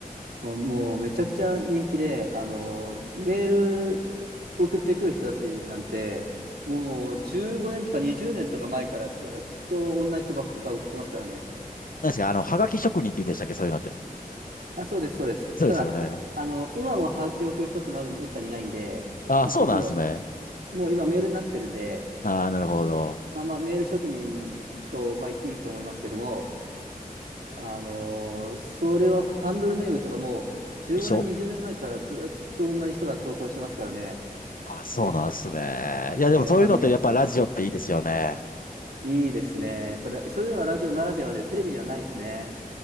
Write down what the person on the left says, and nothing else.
何ですかあの、はがき職人って言うんでしたっけそういうのって。
そうですよね。
ああ、
そうなんですね。
ああ、なるほど。
衣装
あ、そうなんですね。
いや、でもそういうのってやっぱラジオっていいですよね。